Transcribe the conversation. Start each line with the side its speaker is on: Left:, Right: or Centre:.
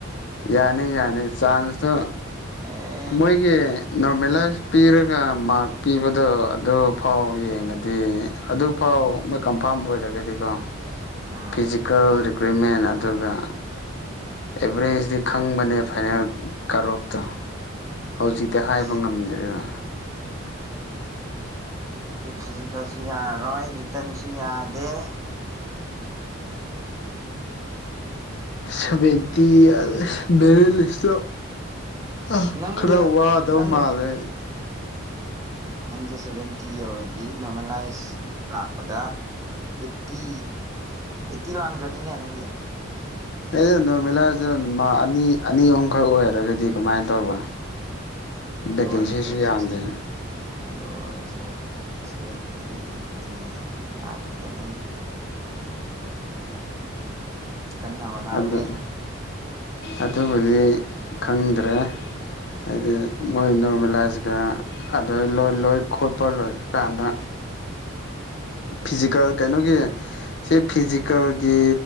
Left: ꯌꯥꯏ ꯌꯥꯅꯤ ꯌꯥꯅꯤ ꯆꯥꯟꯁꯇꯣ
Right: ꯑꯦ
Left: ꯃꯣꯏꯒꯤ ꯅꯣꯔꯃꯦꯂꯥꯏꯁ ꯄꯤꯔꯒ ꯃꯥꯛ ꯄꯤꯕꯗꯣ ꯑꯗꯨꯐꯥꯎ ꯌꯦꯡꯉꯗꯤ ꯑꯗꯨꯐꯥꯎ ꯃꯣꯏ ꯑꯝꯐꯥꯝ ꯑꯣꯏꯔꯒꯗꯤꯀꯣ
Right: ꯑꯥ
Left: ꯐꯤꯖꯤꯀꯦꯜ ꯔꯤꯀ꯭ꯔꯨꯏꯠꯃꯦꯟ ꯑꯗꯨꯒ ꯑꯦꯚꯔꯦꯖꯇꯤ ꯈꯪꯕꯅꯦ ꯐꯥꯏꯅꯦꯜ ꯀꯔꯣꯞꯇꯣ ꯍꯧꯖꯤꯛꯇꯤ ꯍꯥꯏꯕ
Right: ꯑꯁ
Left: ꯉꯝꯗ꯭ꯔꯦꯗ
Right: ꯐꯤꯖꯤꯀꯦꯜꯁꯨ ꯌꯥꯔꯔꯣꯏ ꯔꯤꯇꯔꯟꯁꯨ ꯌꯥꯗꯦ
Left: ꯁꯕꯦꯟꯇ ꯃꯔ ꯂꯤꯁꯇ ꯑ
Right: ꯅꯪꯗꯤ
Left: ꯈꯔ ꯋꯥꯗꯧ
Right: ꯅꯪ
Left: ꯃꯥꯜꯂꯦ
Right: ꯅꯪꯁꯦ ꯁꯚꯦꯟꯇꯤ ꯌꯧꯔꯗꯤ ꯅꯣꯔꯃꯦꯂꯥꯏꯁ ꯂꯥꯛꯄꯗ ꯑꯦꯠꯇꯤ ꯑꯦꯠꯇꯤ ꯋꯥꯟꯈ꯭ꯔꯅꯤꯅꯦ ꯅꯪꯒꯤ
Left: ꯑꯦ ꯅ ꯃꯦꯂꯔꯖ ꯃꯥꯅꯤ ꯑꯅꯤ ꯑꯍꯨꯝꯈꯛ ꯑꯣꯏꯔꯒꯗꯤ ꯀꯃꯥꯏꯅ ꯇꯧꯕ
Right: ꯑꯗꯨ
Left: ꯦꯀꯦꯟꯁꯤꯁꯤ
Right: ꯑꯣꯏꯔꯁꯨ ꯁꯤꯛꯁꯇꯤ
Left: ꯑꯗ
Right: ꯑꯗꯨ ꯑꯣꯏꯔꯁꯨ ꯁꯚꯦꯟꯇꯤ ꯑꯩꯠꯇꯤ ꯌꯥꯒꯅꯤꯗ ꯅꯪꯗꯤ ꯀꯟꯅ ꯋꯥꯅꯔ
Left: ꯑꯗꯨ
Right: ꯍꯦ
Left: ꯑꯗꯨꯕꯨꯗꯤ ꯈꯪꯗ꯭ꯔꯦ ꯍꯥꯏꯗꯤ ꯃꯣꯏ ꯅꯣꯔꯃꯦꯂꯥꯏꯁꯀ ꯑꯗꯨ ꯂꯣꯏ ꯈꯣꯠꯄ ꯂꯣꯏꯔꯀꯥꯟꯗ ꯐꯤꯖꯤꯀꯦꯜ ꯀꯩꯅꯣꯒꯤ ꯁꯤ ꯐꯤꯖꯤꯀꯦꯜꯒꯤ